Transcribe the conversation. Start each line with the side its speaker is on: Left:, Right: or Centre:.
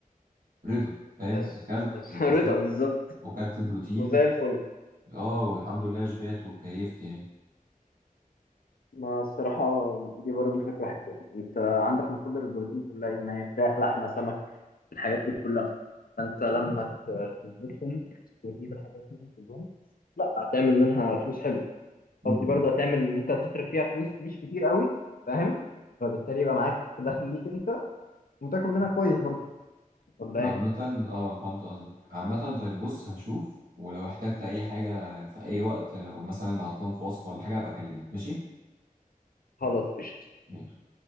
Right: رضا فاهم
Left: بس
Right: اكلت
Left: بس
Right: واتبسطت
Left: <laughs> رضا بالظبط
Right: وكلت بروتين
Left: وزي الفل
Right: اه والحمد لله شبعت وكيفت يعني
Left: ما الصراحة دي برضو فكرة حلوة انت عندك مصادر البروتين كلها ايه ما هي فراخ لحمة سمك الحاجات دي كلها فانت لما ت- تظبطهم وتجيب الحاجات دي وتظبطهم لا هتعمل منها فلوس حلو
Right: مم.
Left: قصدي برضو هتعمل ان انت هتصرف فيها فلوس مش كتير قوي فاهم فبالتالي يبقى معاك دخل ليك انت وتاكل منها كويس برضو ولا
Right: عامة
Left: ايه
Right: اه فهمت قصدك عامة طيب بص هشوف ولو احتجت اي حاجة في اي وقت لو مثلا عطلان في وصفة ولا حاجة ابقى اكلمك ماشي
Left: خلاص قشطة
Right: ماشي